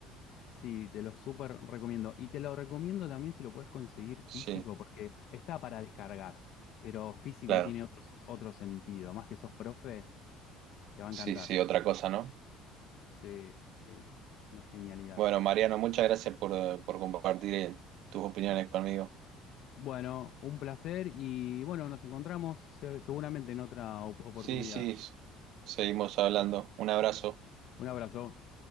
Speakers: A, on the left (about 65°); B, on the right (about 65°).
A: Sí, te lo súper recomiendo. Y te lo recomiendo también si lo puedes conseguir físico,
B: Sí,
A: porque está para descargar, pero físico
B: claro.
A: tiene otro, otro sentido. Más que sos profe, te va a
B: Sí,
A: encantar.
B: sí, otra cosa, ¿no?
A: Sí, sí, una genialidad.
B: Bueno, Mariano, muchas gracias por, eh, por compartir eh, tus opiniones conmigo.
A: Bueno, un placer y bueno, nos encontramos eh, seguramente en otra op- oportunidad.
B: Sí, sí, seguimos hablando. Un abrazo.
A: Un abrazo.